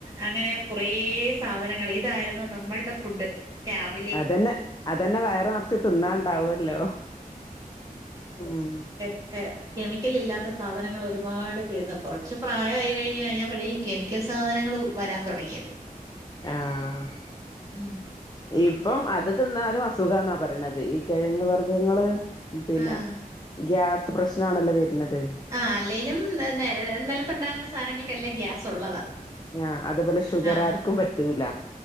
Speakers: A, on the right (about 20°); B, on the left (about 25°).
A: അങ്ങനെ കുറേ സാധനങ്ങള് ഇതായിരുന്നു നമ്മൾടെ ഫുഡ് ട്ടെയാന്ന്
B: അതെന്നെ അതെന്നെ വയറ് നെറച്ച് തിന്നാൻ ഇണ്ടാവൊല്ലോ ഉം
A: ക്കെ കെമിക്കൽ ഇല്ലാത്ത സാധനങ്ങള് ഒരുപാട് തിന്ന് കൊറച്ചു പ്രായായി കഴിഞ്ഞ് കഴിഞ്ഞപ്പഴേയ് കെമിക്കൽ സാധനങ്ങൾ വരാൻ തുടങ്ങിയത്
B: ആഹ്
A: ഉം
B: ഇപ്പം അത് തിന്നാലും അസുഖാന്നാ പറയണത് ഈ കിഴങ്ങ് വർഗങ്ങള് പിന്നെ
A: ആഹ്
B: ഗ്യാസ് പ്രശനം ആണല്ലോ വരുന്നത്
A: ആഹ് അല്ലേലും നിലത്തുണ്ടാകുന്ന സാധനങ്ങൾക്കെല്ലാം ഗ്യാസ് ഉള്ളതാ
B: ആഹ് അതുപോലെ ഷുഗറാർക്കും
A: ആഹ്
B: പറ്റൂല